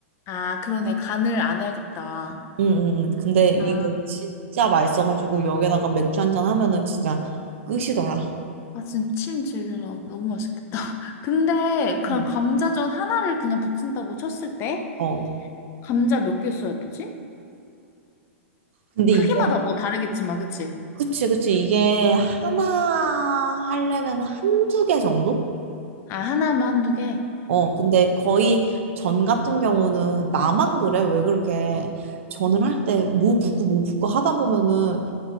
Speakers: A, on the left; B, on the right.
A: 아, 그러네. 간을 안 해야겠다.
B: 응, 응, 응. 근데 이거
A: 아,
B: 진짜 맛있어가지고, 여기다가 맥주 한 잔 하면은 진짜 끝이더라.
A: 아 지금 침 질질 나. 너무 맛있겠다. <laughs> 근데 그냥
B: 음.
A: 감자전 하나를 그냥 부친다고 쳤을 때
B: 어.
A: 감자 몇 개 써야 되지?
B: 근데
A: 크기마다
B: 이게,
A: 뭐 다르겠지만, 그치?
B: 그치, 그치. 이게 하나
A: 어.
B: 하려면 한두 개 정도?
A: 아, 하나면 한두 개?
B: 어, 근데 거의
A: 응.
B: 전 같은 경우는 나만 그래? 왜 그렇게 전을 할 때 뭐 붓고 뭐 붓고 하다 보면은